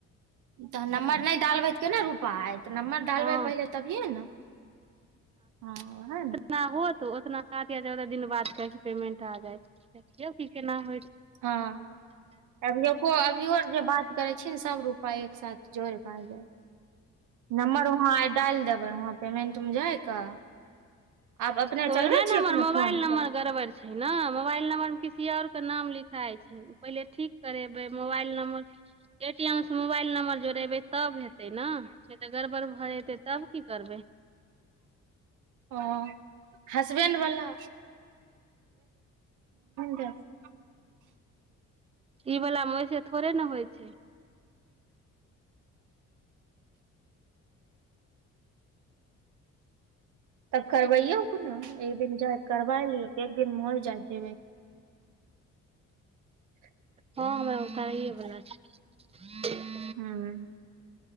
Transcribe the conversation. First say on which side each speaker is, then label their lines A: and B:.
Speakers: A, on the right; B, on the right.
A: तहन नम्बर नै डालबे केना रुपा ऐत नम्बर डालबै
B: हँ
A: पहिले तभिये ने, हँ ओहे ने।
B: उतना होत उतना सात या चौदह दिन बाद कहीं पेमेन्ट आ जाइ ज्योति के नाम
A: हँ अभियोको अभियो जे बात करै छी ने सब पाई एक सााथ जोड़ क आ जैत, नम्बर वहां आइ डाल देबै हम। पेमेंट मे जाइकऽ आब अपने
B: तऽ उएह
A: चलबै
B: ने
A: छियै
B: हमर
A: अपने
B: मोबाइल
A: फोन
B: नम्बर
A: स।
B: गड़बड़ छैय न मोबाइल नंबर मे किसी और के नाम लिखाई छैय। पहिले ठीक करेबै मोबाइल नम्बर ए-टी-एम से मोबाइल नंबर जोड़ेबै तब हेतै न ने त गड़बड़ भ जेतै तब की। करबै।
A: ओ हसबैंड बला <unintelligible>
B: इ बलामे ओइसे थोड़े ने होइ छैय।
A: तब करबैयौ कोनो एक दिन जा करबाय लियौ। एक दिन मौल जाके। <unintelligible>
B: हँ हमरा ओगताईए बला छैय।
A: हुं।